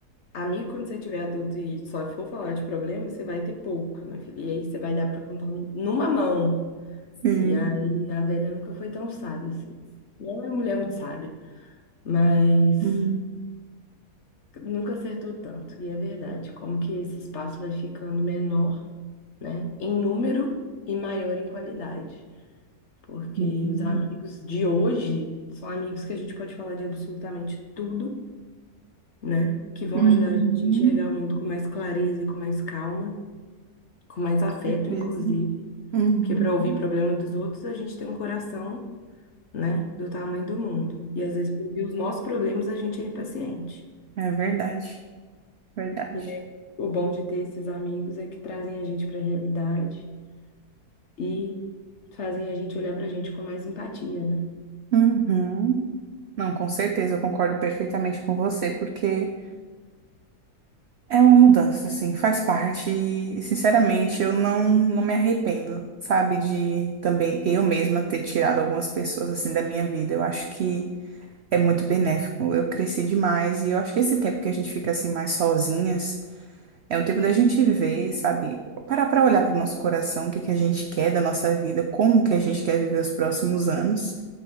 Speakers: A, on the left; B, on the right.
A: Amigo, quando você tiver adulto e só for falar de problema, você vai ter pouco, minha filha. E aí você vai dar pra contar nu- numa mão.
B: Sim.
A: E aí a velha nunca foi tão sábia assim. Não é uma mulher muito sábia, mas
B: Sim.
A: nunca acertou tanto. E é verdade, como que esse espaço vai ficando menor, né? Em número e maior em qualidade. Porque
B: Sim.
A: os amigos de hoje são amigos que a gente pode falar de absolutamente tudo, né? Que vão
B: Uhum,
A: ajudar a gente a enxergar o mundo com mais clareza e com mais calma. com mais afeto,
B: certeza.
A: inclusive,
B: Uhum.
A: porque para ouvir problema dos outros, a gente tem um coração, né, do tamanho do mundo. E às vezes, para ouvir os nossos problemas, a gente é impaciente.
B: É verdade, verdade.
A: E é- o bom de ter esses amigos é que trazem a gente para a realidade e fazem a gente olhar para a gente com mais empatia, né?
B: Uhum. Não, com certeza, eu concordo perfeitamente com você, porque é uma mudança, assim, faz parte e, sinceramente, eu não, não me arrependo, sabe, de também eu mesma ter tirado algumas pessoas, assim, da minha vida. Eu acho que é muito benéfico, eu cresci demais e eu acho que esse tempo que a gente fica, assim, mais sozinhas é um tempo da gente ver, sabe, parar pra olhar pro nosso coração, o que que a gente quer da nossa vida, como que a gente quer viver os próximos anos.